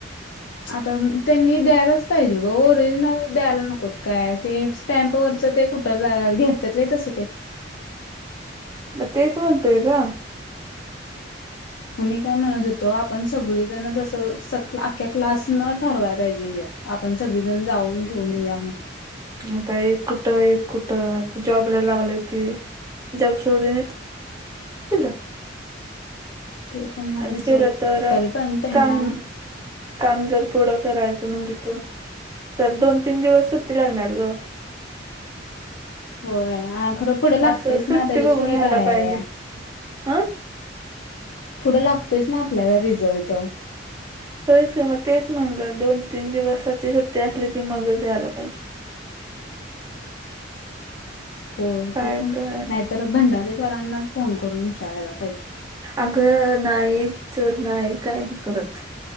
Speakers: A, on the left; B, on the right.
A: आता त्यांनी द्यायलाच पाहिजे ग ओरिजिनल द्यायला नकोत काय ते. स्टॅम्प वरच ते कुठ ला घेतेत होय तसं ते.
B: म तेच म्हणतोय गं
A: मग मी काय म्हणत होतो आपण सगळीजण जसं स क अख्या क्लास न ठरवाय पाहिजे हे. आपण सगळीजण जाऊन घेऊन येऊया म्हण.
B: मग आता एक कुठं एक कुठं आता जॉबला लागलय ते जॉब सोडूनच. तीला
A: ते पण आहे
B: आणि
A: सोड
B: केलं तर
A: तरी पण त्यांना
B: कम. काम जर पुढं करायचं म्हणजे प तर दोन तीन दिवस सुट्टी लागणार ग.
A: होय आणि खरं पुढे लागतयच
B: असं सुट्टी
A: ना त्याच्याशिवाय
B: बघून यायला
A: काय
B: पाहिजे हा
A: पुढं लागतयच ना आपल्याला रिझल्ट.
B: होयच की मग तेच म्हणलं दोन तीन दिवसाची सुट्टी असली की मगच जायला पाहिजे.
A: होय
B: काय
A: ते पण
B: काय ना
A: नाहीतर भंडारे सरांना च फोन करून विचारायला पाहिजे.
B: अगं नाहीत तर नाही काय हे करत.